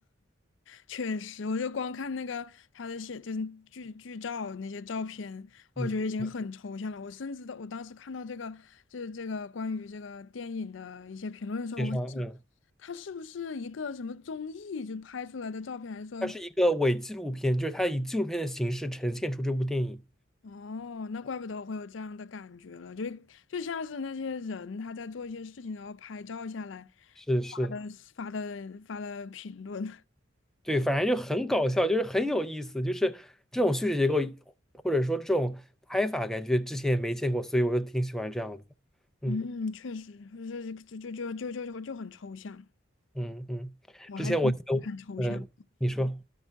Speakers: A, on the left (about 65°); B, in the centre.
A: 确实，我就光看那个他的写，就是剧剧照那些照片，我觉得已经很抽象了。
B: 嗯，对，
A: 我甚至都，我当时看到这个，就是这个关于这个电影的一些评论的时候，
B: 介绍，
A: 我在想，
B: 嗯，
A: 他是不是一个什么综艺就拍出来的照片，还是说，
B: 它是一个伪纪录片，就是它以纪录片的形式呈现出这部电影。
A: 哦，那怪不得我会有这样的感觉了，就就像是那些人他在做一些事情，然后拍照下来
B: 是是，
A: 发的发的发的评论。
B: 对，反正就很搞笑，就是很有意思，就是这种叙事结构或者说这种拍法，感觉之前也没见过，所以我就挺喜欢这样子。嗯
A: 嗯，确实，就是就就就就就就就很抽象。
B: 嗯嗯，
A: 我还挺喜欢看抽象，
B: 之前我记得，嗯，你说。